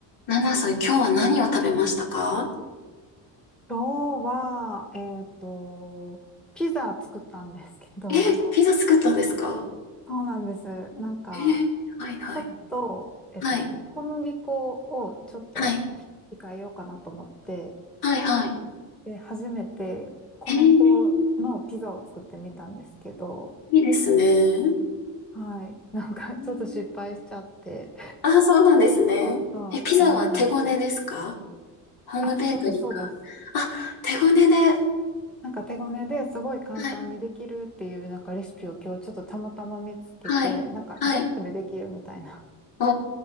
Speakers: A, on the left; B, in the centre.
A: ナナさん、今日は何を食べましたか
B: 今日は、えっと、ピザ作ったんですけど、
A: え、ピザ作ったんですか
B: <laughs> そうなんです。なんか、
A: えー、はいはい。
B: ちょっと、えっと、
A: はい、
B: 小麦粉をちょっと
A: はい、
B: 控えようかなと思って、
A: はい、はい。
B: で、初めて米粉のピザを作ってみたんですけど、
A: へえ、いいですね。
B: はい。なんか、
A: えー
B: ちょっと失敗しちゃって、
A: あ、そうなんですね。
B: <laughs> まあ、
A: え、ピザは手ごねですか
B: 残念な感じ。
A: ホームベーカリーか。
B: あ、そうです、そうです。
A: あ、手ごねで。は
B: なんか手ごねですごい簡単にできるっていうなんかレシピを今日ちょっとたまたま見つけて、
A: い、はい、
B: なんか10分でできるみたいな。
A: はい。お